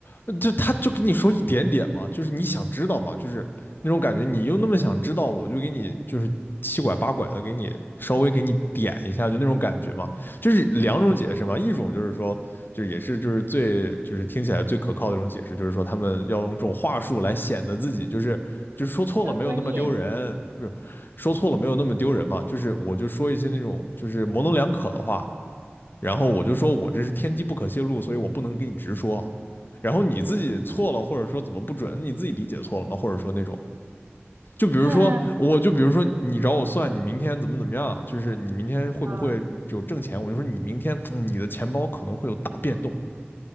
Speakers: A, on the left; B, on the right.
A: 呃就他就跟你说一点点嘛，就是你想知道嘛，就是那种感觉，你又那么想知道，我就给你就是七拐八拐的给你稍微给你点一下，就那种感觉嘛，就是两种解释嘛，一种就是说，就是也是就是最就是听起来最可靠的一种解释，就是说他们要用这种话术来显得自己就是就是说错了没有那么丢人，
B: 比较专业。
A: 就是说错了没有那么丢人嘛，就是我就说一些那种就是模棱两可的话。然后我就说我这是天机不可泄露，
B: 啊。
A: 所以我不能给你直说。然后你自己错了，或者说怎么不准，你自己理解错了吗？或者说那种，就比如说，
B: <laughs>
A: 我就比如说你找我算你明天怎么怎么样，就是你明天会不会有挣钱？
B: 啊，
A: 我就说你明天、嗯你的钱包可能会有大变动。